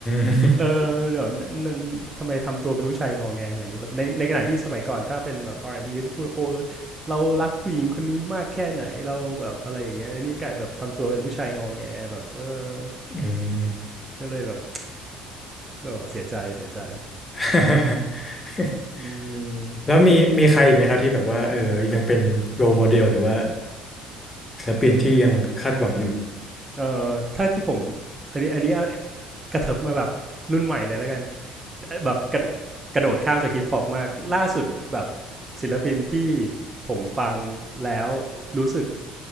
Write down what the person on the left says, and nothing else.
ม
<laughs> อืม
<laughs>
แล้วมีมีใครอีกไหมครับที่แบบว่าเออยังเป็นโร e โมเดลหรือว่าศิลปินที่ยังคาดหวังอยู่